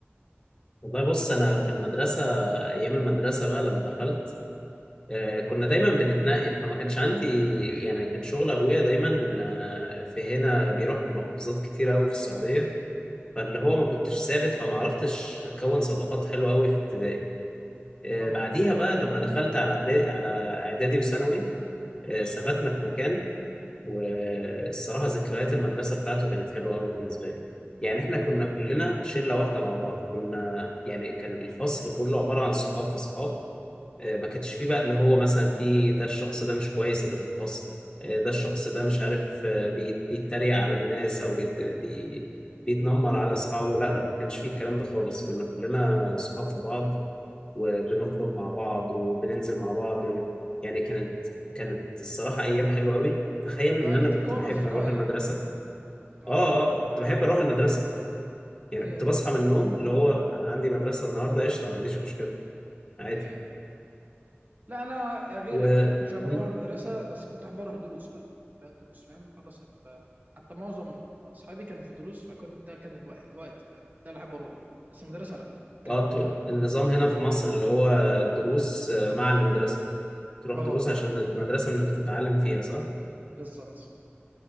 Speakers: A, on the left; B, on the right.
A: والله بص انا في المدرسة ايام المدرسة بقى لما دخلت آه كنا دايما بنتنقل فما كانش عندي يعني كان شغل ابويا دايما آه في هنا بيروح محافظات كتير قوي في السعودية فاللي هو ما كنتش ثابت فما عرفتش اكون صداقات حلوة قوي في ابتدائي آه،
B: اه
A: بعديها بقى لما دخلت على إعدا- على اعدادي وثانوي آه، ثبتنا في مكان والصراحه ذكريات المدرسه بتاعته كانت حلوه قوي بالنسبه لي يعني احنا كنا كلنا شله واحده مع بعض كنا يعني كان الفصل كله عباره عن صحاب في صحاب آه، ما كانش فيه بقى اللي هو مثلا في ده الشخص ده مش كويس اللي في الفصل آه، ده الشخص ده مش عارف آه، بي- بيتريق على الناس او بيت- بي- بيتنمر على اصحابه لا لا ما كانش فيه الكلام ده خالص كنا كلنا صحاب في بعض وبنخرج مع بعض وبننزل مع بعض يعني كانت كانت الصراحة أيام حلوة أوي تخيل
B: عرفت
A: إن أنا كنت
B: تكون
A: بحب
B: اصدقاء
A: أروح
B: يعني
A: المدرسة
B: اه
A: آه آه كنت
B: معاك
A: بحب أروح المدرسة يعني
B: ايوه
A: كنت
B: ايوه
A: بصحى من النوم اللي هو أنا عندي مدرسة النهاردة قشطة ما عنديش مشكلة عادي
B: ايوه لا انا غيرك
A: و
B: يعني كنتش احب
A: م؟
B: اروح المدرسه بس كنت احب اروح دروس بقى لا دروس فاهم خلص ال... حتى معظم اصحابي كانوا في دروس فكنت ده كان الوقت وقتي بقى ده اللي احب اروح بس المدرسه لا كمل
A: آه أنتوا
B: كمل
A: النظام هنا في مصر اللي هو دروس آه، مع المدرسة تروح
B: اه
A: دروس عشان المدرسة مش بتتعلم فيها صح؟
B: بالظبط